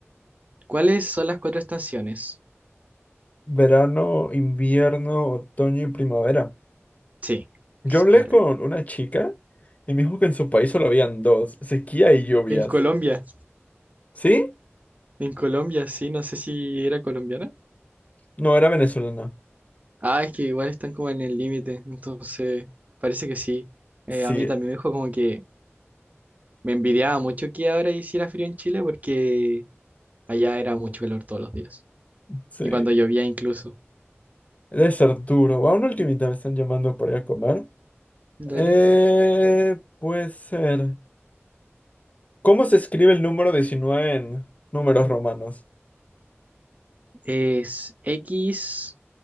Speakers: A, on the right; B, on the left.
A: ¿cuáles son las cuatro estaciones?
B: Verano, invierno, otoño y primavera.
A: Sí,
B: Yo
A: es
B: hablé
A: correcto.
B: con una chica y me dijo que en su país solo habían dos, sequía y lluvias.
A: En Colombia,
B: ¿Sí?
A: en Colombia, sí, no sé si era colombiana.
B: No, era venezolana.
A: Ah, es que igual están como en el límite, entonces parece que sí. Eh,
B: Sí,
A: a mí también me dijo como que Me envidiaba mucho que ahora hiciera frío en Chile porque allá era mucho calor todos los días.
B: sí.
A: Y cuando llovía incluso.
B: Debe ser duro. A una ultimita me están llamando por ir a comer.
A: Dale.
B: Eh, puede ser. ¿Cómo se escribe el número 19 en números romanos?
A: Es X